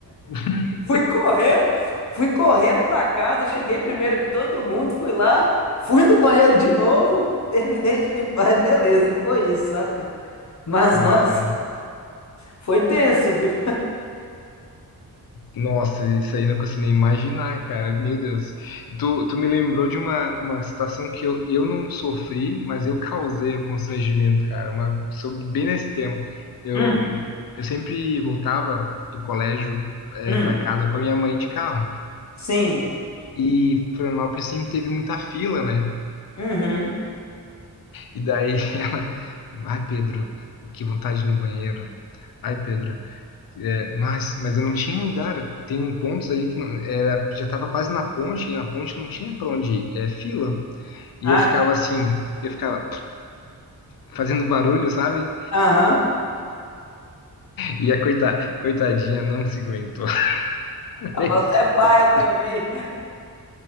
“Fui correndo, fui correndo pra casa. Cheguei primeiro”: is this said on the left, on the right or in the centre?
Left